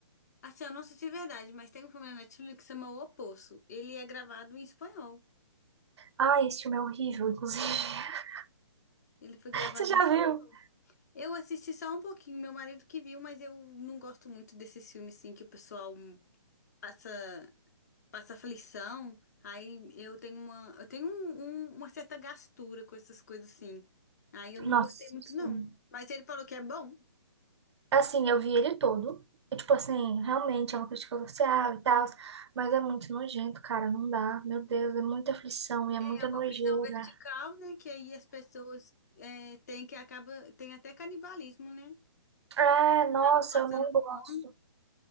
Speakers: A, on the left (about 35°); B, on the right (about 65°).
A: Assim, eu não sei se é verdade, mas tem um filme na Netflix que se chama O Poço. Ele é gravado em espanhol.
B: Ah, esse filme é horrível, inclusive. <laughs>
A: Ele foi gravado
B: Você já
A: em espanhol.
B: viu?
A: Eu assisti só um pouquinho, meu marido que viu, mas eu não gosto muito desses filmes assim que o pessoal passa. passa aflição. Aí eu tenho uma, eu tenho um- um- uma certa gastura com essas coisas assim. Aí eu não
B: Nossa,
A: gostei muito,
B: sim.
A: não. Mas ele falou que é bom.
B: Assim, eu vi ele todo. E, tipo assim, realmente é uma crítica social e tal, mas é muito nojento, cara, não dá. Meu Deus, é muita aflição e é
A: É
B: muita
A: uma
B: nojeira.
A: prisão vertical, né? Que aí as pessoas é, têm que acaba, tem até canibalismo, né?
B: É, nossa,
A: Acabam passando
B: eu não gosto.
A: fome.